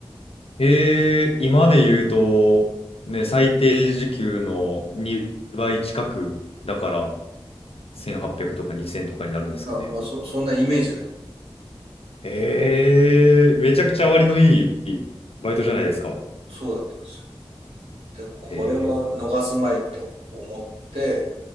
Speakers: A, on the left; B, on the right.
A: う、えー、今で言うと、ね、最低時給の2倍近く、だから1800とか2000とかになるんですかね。
B: だからまあ、そ、そんなイメージだと。
A: えー、めちゃくちゃ割のいいバイトじゃないですか。
B: そうだったんですよ。で、これは逃すまいと思って、
A: えー、